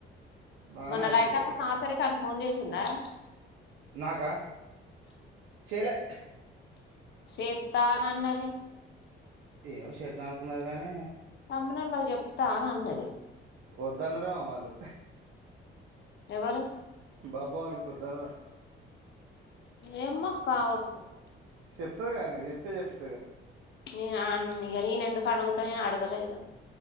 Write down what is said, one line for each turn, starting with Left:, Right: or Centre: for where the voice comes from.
Right: బాగానే
Left: మొన
Right: అవుతుంది
Left: రైతాక్క
Right: వేరక్క
Left: సంవత్సరికాన్కి ఫోన్ చేసిందారా
Right: నాకా చేలే
Left: చేత్త అని అన్నది
Right: ఏమో చేద్దామనుకున్నది గానీ
Left: తమ్మినోళ్లకు చెప్ తా అని అన్నది
Right: వద్దన్నారేమో వాళ్ళు
Left: ఎవరు
Right: బాబ్బా వాళ్ళు గిట్లా దానన
Left: ఏమ్మాో కావచ్చు
Right: చెప్తదిగా ఆయనకు చెప్పే చెప్తదిగా
Left: నిన్ ఆ ఇగ నఎందుకు అడుగుతా నను అడుగులే ఇగ